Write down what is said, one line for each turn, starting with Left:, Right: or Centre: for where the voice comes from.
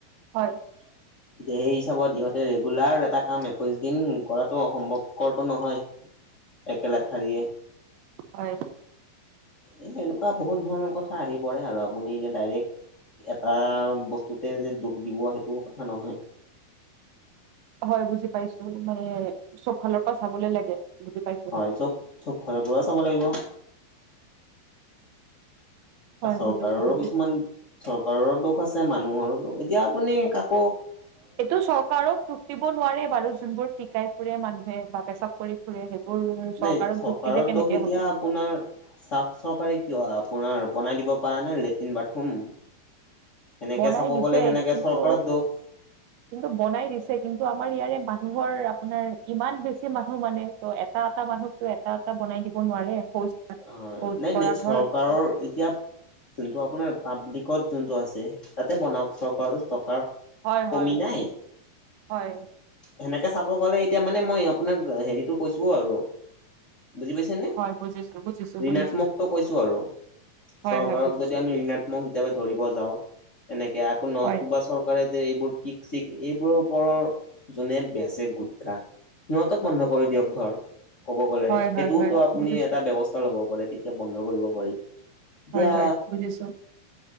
Right: হয়।
Left: <inaudible> এতিয়া সেই হিচাপত ইহঁতে ৰেগুলাৰ এটা কাম একৈশ দিন কৰাতটো অসম্ভৱকৰটো নহয়। একেলেঠাৰিয়ে।
Right: হয়।
Left: এ এনেকুৱা বহুত ধৰণৰ কথা আহি পৰে আৰু আপুনি এতিয়া ডাইৰেক্ট এটা বস্তুতে যে দুখ দিব সেইটো কথা নহয়।
Right: হয়, বুজি পাইছো। মানে চবফালৰ পৰা চাবলে লাগে। বুজি পাইছো
Left: হয়,
Right: সেইটো
Left: চব-চব ফালৰ পৰা চাব লাগিব।
Right: হয়
Left: চৰকাৰৰো
Right: বুজিছো বুজিছো
Left: কিছুমান, চৰকাৰো দোষ আছে, মানুহৰো দোষ, এতিয়া আপুনি কাক
Right: এইটো চৰকাৰক দুখ দিব নোৱাৰে বাৰু, যোনবোৰ পিকাই ফুৰে মানুহে বা পেচাব কৰি ফুৰে হেইবোৰ চৰকাৰক
Left: নাই চৰকাৰৰ
Right: দুখ দিলে কেনেকে
Left: দোষ এতিয়া
Right: হ'ব?
Left: আপোনাৰ চাওঁক চৰকাৰে কিয় আপোনাৰ বনাই দিব পাৰা নাই লেট্ৰিন-বাথৰুম? সেনেকে
Right: বনাই
Left: চাব
Right: দিছে
Left: গ'লে সেনেকে
Right: কিন্তু
Left: চৰকাৰৰ দোষ।
Right: কিন্তু বনাই দিছে। কিন্তু আমাৰ ইয়াৰে মানুহৰ আপোনাৰ ইমান বেছি মানুহ মানে ত এটা-এটা মানুহকতো এটা-এটা বনাই দিব নোৱাৰে <unintelligible>
Left: হয়
Right: শৌচ
Left: নাই
Right: কৰা
Left: নাই চৰকাৰৰ
Right: ঘৰ
Left: এতিয়া যোনটো আপোনাৰ পাব্লিকত যোনটো আছে তাতে বনাওক চৰকাৰো টকাৰ।
Right: হয় হয়
Left: কমি নাই।
Right: হয়
Left: সেনেকে চাব গ'লে এতিয়া মানে মই আপোনাক হেৰিটো কৈছো আৰু বুজি পাইছে নে।
Right: হয় বুজিছো বুজিছো বুজিছো
Left: ঋণাত্মকটো কৈছো আৰু।
Right: হয়
Left: চৰকাৰক
Right: হয় বুজিছো
Left: যদি আমি
Right: বুজিছো
Left: ঋণাত্মক হিচাপে ধৰিব যাওঁ এনেকে আকৌ নতুবা
Right: হয়
Left: চওক চৰকাৰে যে এইবোৰ পিক-চিক এইবোৰৰ ওপৰ জোনে বেচে গুটখা। সিহঁতক বন্ধ কৰি দিয়ক ধৰ কব গ'লে
Right: হয়
Left: সেইটোওতো
Right: হয় হয়
Left: আপুনি
Right: বুজিছো
Left: এটা ব্যৱস্থা। ব্যৱস্থা ল'ব পাৰে তেতিয়া বন্ধ কৰিব পাৰি এতিয়া।
Right: হয় হয় বুজিছো